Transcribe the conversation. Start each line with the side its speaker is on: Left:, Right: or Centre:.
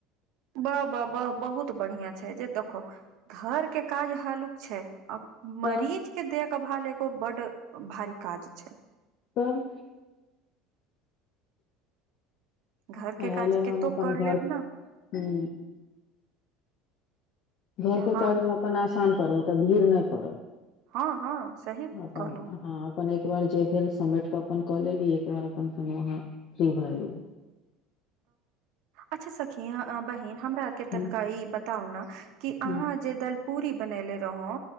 Right: वाह बाह बाह बहुत बढ़िया छै जे देखो घर के काज हल्लुक छै
Left: तऽ
Right: मरीज के देखभाल एगो बड भारी काज छय
Left: तऽ
Right: घर
Left: ओहै
Right: के काज
Left: लेल
Right: कतो
Left: हम अपन
Right: कर
Left: घर
Right: लेब ने
Left: हुँ घरके
Right: हँ
Left: काजमे अपन आसान पड़ै ओतऽ भीड़ नहि पड़त
Right: हँ हँ सही
Left: अपन
Right: कहलहु
Left: हँ अपन एक बार जे भेल समैट कऽ अपन कऽ लेली एक बार अपन फेन अहाँ फ्री भए गेल
Right: अच्छा सखी बहिन हमरा के
Left: हूँ
Right: तनिकााही बताउ ने कि
Left: हूँ
Right: अहाँ जे दलपूरी बनेले रहौ